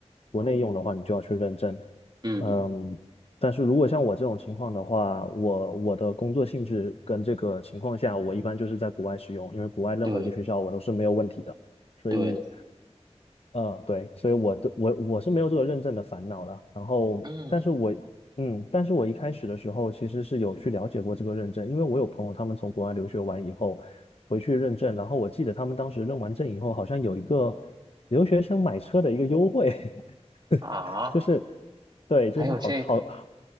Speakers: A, on the left; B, on the right.
A: 国内用的话，你就要去认证。
B: 嗯，
A: 嗯，但是如果像我这种情况的话，我我的工作性质跟这个情况下，我一般就是在国外使用，因为国外任何一个学校我都是没有问题的。
B: 对
A: 所以，
B: 对，
A: 嗯，对，所以我的我我是没有这个认证的烦恼了。然后，
B: 嗯
A: 但是我嗯，但是我一开始的时候其实是有去了解过这个认证，因为我有朋友他们从国外留学完以后回去认证，然后我记得他们当时认完证以后，好像有一个留学生买车的一个优惠，<laughs>
B: 啊，
A: 就是对，就是好好好
B: 还有这个，